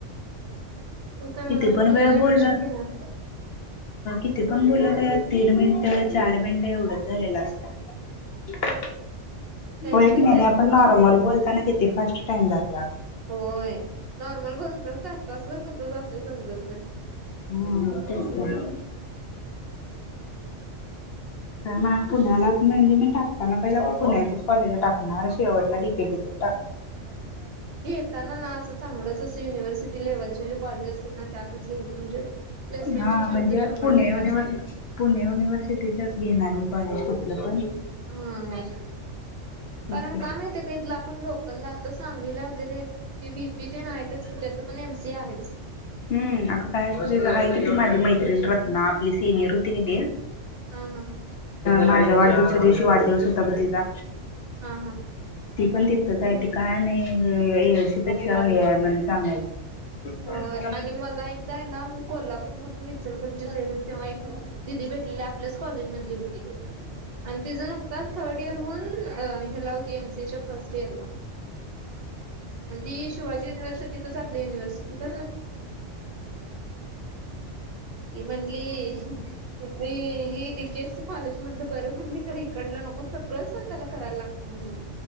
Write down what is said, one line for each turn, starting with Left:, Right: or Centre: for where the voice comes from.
Right: तू काय मग
Left: किती
Right: आता
Left: पण
Right: पुण्याला
Left: वेळ बोलला
Right: ऍडमिशन घेणार
Left: ते पण बोललात का तीन मिनिटात चार मिनिटं एवढच झालेलं असत्यात.
Right: टाइम
Left: होय की
Right: तर
Left: नाही
Right: जायला
Left: आपण
Right: पाहिजे
Left: नॉर्मल
Right: की ग
Left: बोलताना किती फस्ट टाइम जातोय आग
Right: होय नॉर्मल बनत तास तासभर कसं जातंय समजत नाही
Left: मघ त्येच कि, म्हला पुण्यालाच म्हणजे मी टाकताना पहिला पुण्याचेच टाकणार शेवटला डिके डिके
Right: घेताना ना अस चांगलंच अस युनिव्हर्सिटी लेव्हलचे जे कॉलेज असतात ना त्यातच घ्यायचं म्हणजे प्लेसमेंटचे
Left: हा
Right: चान्सेस
Left: म्हणजे
Right: शंभर
Left: पुणे
Right: टक्के
Left: युनिव्हर्स
Right: असतात
Left: पुणे युनिव्हर्सिटीच्याच घेणार मी कॉलेज कुठलं पण.
Right: हा.
Left: तेच
Right: कारण
Left: की.
Right: का माहिती का इथल पण लोकलला तस धाव्हिलीला वगैरे ती विपी ते न आहेतच कि त्यात पण एम सी आहेच.
Left: हम अगं काय आहे कि ती माझी मैत्रिण रत्ना आपली सिनियर होती की दे
Right: हा हा
Left: माझ्या वाढदिवसा दिवशी चि वाढदिवस होता ग तिचा,
Right: हा हा
Left: ती पण तिथंच आहे, ती काय नाही हम एयसी पेक्षा हे आहे म्हण सांगालती
Right: होय आणि मला एकदा आहे ना मी कोल्हापूर मधून इचलकरंजीत येत होते तेव्हा एक दिदी भेटलेली आपल्याच कॉलेज मधली होती आणि तिझ नुकतच थर्ड इयरहून हेला होती एमसीएच्या फर्स्ट इयरला. आणि ती शिवाजी युनिव्हर्सिटीतच आपली युनिव्हर्सिटीत ती म्हटली तिथली ही डीकेएससी कॉलेज मधलं बरं म्हटली खरं इकडलं नको सगळं स्वतःला करायला लागतय म्हटली